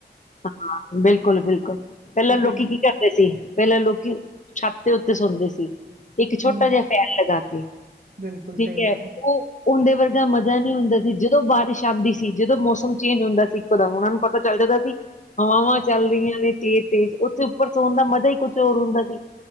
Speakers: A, on the left; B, on the right.
A: ਹਾਂ, ਬਿਲਕੁਲ ਬਿਲਕੁਲ। ਪਹਿਲਾਂ
B: ਉਹ
A: ਲੋਕੀ
B: ਪਿੰਡ
A: ਕੀ ਕਰਦੇ ਸੀ? ਪਹਿਲਾਂ ਲੋਕੀ ਛੱਤ ਤੇ ਸੋਦੇ ਸੀ। ਇੱਕ ਛੋਟਾ
B: ਹਮ
A: ਜਿਹਾ ਫੈਨ ਲਗਾ ਕੇ
B: ਬਿਲਕੁਲ
A: ਠੀਕ
B: ਸਹੀ ਗੱਲ
A: ਹੈ। ਉਹ ਉਹਦੇ ਵੱਲ ਦਾ ਮਜ਼ਾ ਨਹੀਂ ਹੁੰਦਾ ਸੀ ਜਦੋਂ ਬਾਰਿਸ਼ ਆਉਂਦੀ ਸੀ ਜਦੋਂ ਮੌਸਮ ਚੇਂਜ ਹੁੰਦਾ ਸੀ ਇੱਕਦਮ ਉਹਨਾਂ ਨੂੰ ਪਤਾ ਚੱਲ ਜਾਂਦਾ ਸੀ। ਹਵਾਵਾਂ ਚੱਲ ਰਹੀਆਂ ਨੇ ਤੇਜ਼ ਕੋਠੇ ਉੱਪਰ ਸੋਣ ਦਾ ਮਜ਼ਾ ਹੀ ਕੁਝ ਹੋਰ ਹੁੰਦਾ ਸੀ